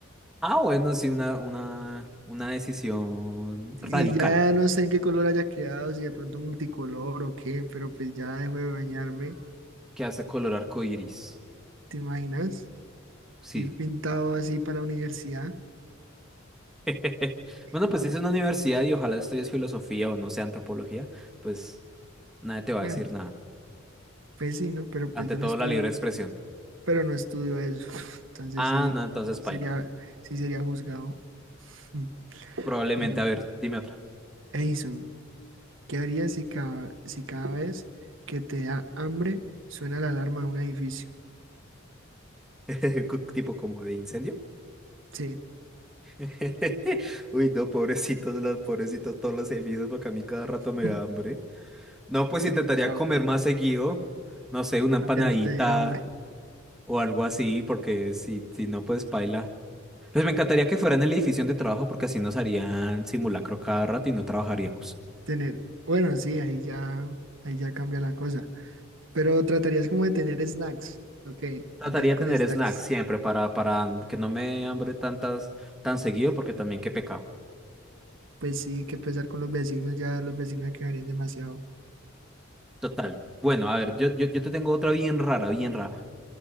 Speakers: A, in the centre; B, on the right (about 65°).
A: Ah, bueno, sí, una, una, una decisión
B: Y
A: radical
B: ya no sé en qué color haya quedado, si de pronto multicolor o qué, pero pues ya dejo de bañarme.
A: que hace color arcoíris.
B: ¿Te imaginas?
A: Sí.
B: Ir pintado así para la universidad.
A: <laughs> Bueno,
B: No,
A: pues si es una universidad y ojalá estudies filosofía o no sé, antropología, pues nadie te va
B: bueno,
A: a decir nada.
B: pues sí, ¿no? Pero
A: Ante
B: pues yo
A: todo,
B: no estudio,
A: la libre expresión.
B: pero no estudio eso. <laughs> Entonces
A: Ah,
B: sí,
A: no, entonces
B: sí
A: paila.
B: sería, sí sería juzgado. <laughs>
A: Probablemente,
B: Bueno,
A: a ver, dime otra.
B: Edison. ¿Qué harías si cada, si cada vez que te da hambre suena la alarma de un edificio?
A: <laughs> Co- Tipo como de incendio.
B: Sí,
A: <laughs> Uy, no, pobrecitos, las pobrecitos, todos los servicios, porque a mí cada rato me
B: <laughs>
A: da hambre. No, pues
B: qué
A: intentaría
B: pecado,
A: comer más seguido. No sé, una empanadita
B: para que no te dé hambre. <laughs>
A: o algo así, porque si, si no, pues paila. Pues me encantaría que fuera en la edición de trabajo porque así nos harían simulacro cada rato y no trabajaríamos.
B: Tener, bueno, sí, ahí ya, ahí ya cambia la cosa. Pero tratarías como de tener snacks, ok,
A: Trataría
B: mantener
A: de
B: con
A: tener
B: snacks.
A: snacks siempre para, para que no me hambre tantas tan seguido
B: ok.
A: porque también qué pecado.
B: Pues sí, que pesar con los vecinos, ya los vecinos quedarían demasiado.
A: Total. Bueno, a ver, yo, yo, yo te tengo otra bien rara, bien rara.